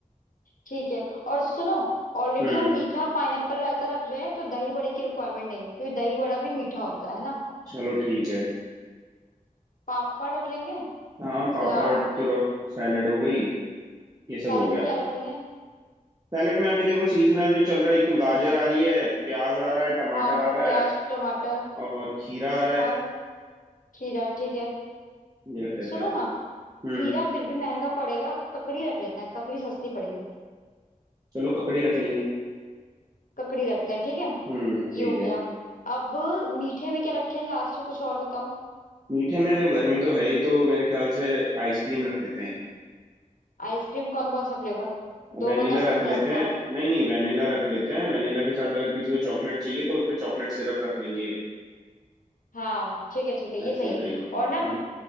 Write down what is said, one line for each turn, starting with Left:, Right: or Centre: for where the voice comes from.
Left: ठीक है और सुनो ऑलरेडी
Right: हम्म
Left: हम मीठा पाइनएप्पल रायता रख रहे हैं तो दही बड़े की रिक्वायरमेंट देंगे क्योंकि दही बड़ा भी मीठा होता है ना
Right: चलो ठीक है
Left: पापड़ रख लेंगे
Right: हाँ पापड़
Left: सलाद
Right: तो सैलेड हो गई ये सब
Left: सैलेड
Right: हो गया
Left: में क्या रखेंगे
Right: सैलेड में अभी देखो सीजनल जो चल रहा है एक तो गाजर आ रही है प्याज आ रहा है टमाटर
Left: हाँ
Right: आ रहा
Left: प्याज
Right: है
Left: टमाटर
Right: और खीरा आ रहा है
Left: और खीरा ठीक है
Right: ये रख लेते
Left: सुनो
Right: हैं
Left: ना
Right: हम्म
Left: खीरा फिर भी महंगा पड़ेगा ककड़ी रख लेते हैं ककड़ी सस्ती पड़ेगी
Right: चलो ककड़ी रख लेंगे
Left: ककड़ी रखते हैं ठीक है
Right: हम्म
Left: ये
Right: ठीक
Left: हो गया
Right: है
Left: अब मीठे में क्या रखें लास्ट में कुछ और बताओ
Right: मीठे में देखो गर्मी तो है ही तो मेरे ख्याल से आइसक्रीम रख लेते हैं एक
Left: आइसक्रीम कौन कौन सा फ्लेवर
Right: वेनिला
Left: दो बताओ
Right: रख
Left: सस्ता
Right: लेते
Left: सस्ता
Right: हैं नहीं नहीं वेनिला रख लेते हैं वेनिला के साथ अगर किसी को चॉकलेट चाहिए तो उस पे चॉकलेट सिरप रख लेंगे एक
Left: हाँ ठीक है ठीक है ये
Right: ऐसा
Left: सही
Right: हो
Left: है
Right: जाएगी
Left: और ना
Right: हम्म